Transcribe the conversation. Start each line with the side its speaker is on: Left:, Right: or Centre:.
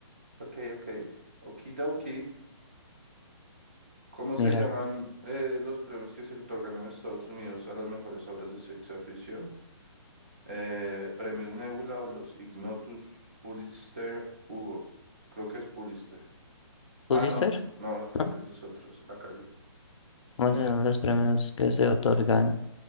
Right: Ok, ok. Okidoki. ¿Cómo se
Left: Mira,
Right: llaman eh, los premios que se otorgan en Estados Unidos a las mejores obras de ciencia ficción? Eh, premios Nebula o los Ignotus Pulitzer Hugo. Creo que es Pulitzer. Ah,
Left: Pulitzer,
Right: no, no, creo
Left: ¿no?
Right: que ese es esos otros. La cagué.
Left: Vamos
Right: No sé,
Left: a ver los premios
Right: no sé.
Left: que se otorgan